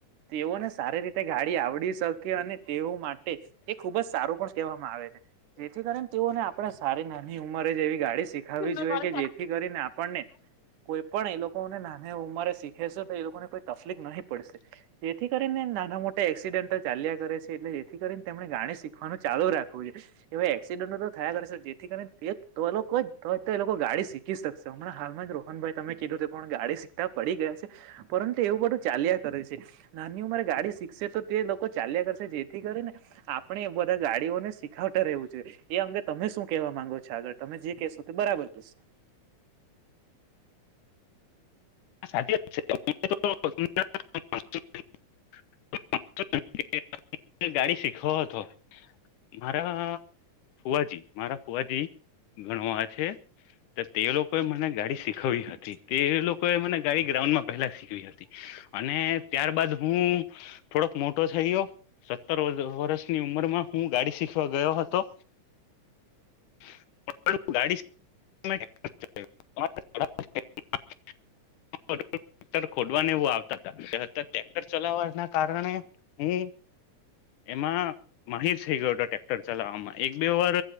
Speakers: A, on the right (about 85°); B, on the left (about 85°).
A: તેઓને સારી રીતે ગાડી આવડી શકે અને તેઓ માટે તે ખુબ જ સારું પણ કહેવામાં આવે છે જેથી કરીને તેઓને આપડે સારી નાની ઉંમરે જ એવી ગાડી શીખાવવી
B: સાચી
A: જોઈએ
B: વાત
A: કે જેથી કરીને આપણને કોઈ પણ એ લોકો ને નાની ઉંમારે શીખે છે તો એ લોકોને કોઈ તકલીફ નહીં પડશે જેથી કરીને નાના મોટા એક્સી ચાલ્યા કરે છે એટલે જેથી કરીને તેમણે ગાડી શીખવાનું ચાલુ રાખવું જો એ હવે એક્સિડન્ટો તો થયા કરે છે જેથી કરીને તે તો એ લોકો તો એ લોકો ગાડી શીખી શકશે હમણાં હાલમાં જ રોહનભાઈ તમે કીધું તે ગાડી શીખતા પડી ગયા છે પરંતુ એવું બધું ચાલ્યા કરે છે. નાની ઉંમરે ગાડી શીખશે તો તે લોકો ચાલ્યા કરશે જેથી કરી ને આપણે એ બધા ગાડીઓને શીખવતા રહેવું છે એ અંગે તમે શું કેવા માંગો છો આગળ તમે જે કહેશો તે બરાબર કેશો.
B: સાચીત છે <inaudible> <inaudible> <unintelligible> <inaudible> ગાડી શીખવો હતો મારા ફુવાજી, મારા ફુવાજી ઘણો આ છે. તો તે લોકોએ
A: લોકો
B: મને ગાડી શીખવવી
A: શીખવાડી
B: હતી, તે
A: એ
B: લોકો
A: લોકો
B: એમણે મને ગાડી ગ્રાઉન્ડમા, પહેલા શીખવી હતી અને ત્યારબાદ હુ થોડોક મોટો થયયો સત્તર વર્ષની ઉંમરમા હુ, ગાડી શીખવા ગયો હતો <unintelligible> ગાડી <unintelligible> <unintelligible> ક્ટર ખોદવાને એવું આવતા હતા, ત્યારે ટ્રેક્ટર ચલાવવાના કારણે હુ. એમાં માહીર થઈ ગયો હતો ટ્રેક્ટર ચલાવવામાં એક બે વાર